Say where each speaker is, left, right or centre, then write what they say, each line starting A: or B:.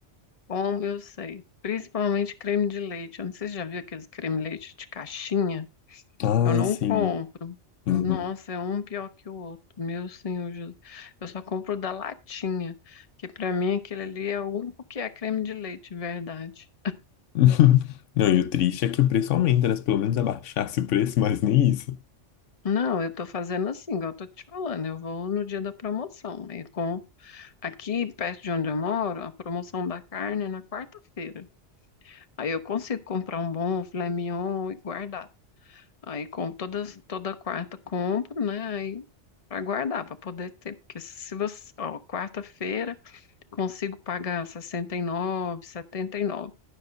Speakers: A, on the left; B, on the left.
A: Como eu sei, principalmente creme de leite. Eu não sei se você já viu aqueles creme de leite de caixinha.
B: Ai,
A: Eu não
B: sim.
A: compro.
B: Uhum.
A: Nossa, é um pior que o outro. Meu Senhor Jesus. Eu só compro o da latinha, que pra mim aquele ali é o único que é creme de leite, de verdade.
B: <laughs> Não, e o triste é que o preço aumenta, né? Se pelo menos abaixasse o preço, mas nem isso.
A: Não, eu tô fazendo assim, igual eu tô te falando. Eu vou no dia da promoção. Aí compro. Aqui, perto de onde eu moro, a promoção da carne é na quarta-feira. Aí eu consigo comprar um bom filé mignon e guardar. Aí com todas, toda quarta compro, né? Aí pra guardar, pra poder ter. Porque se você, ó, quarta-feira. consigo pagar sessenta e nove, setenta e nove.